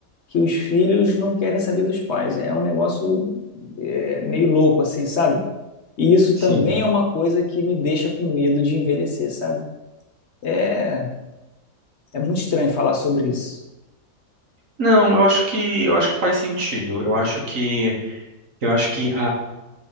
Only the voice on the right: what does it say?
sim.
Não, eu acho que eu acho que faz sentido. Eu acho que eu acho que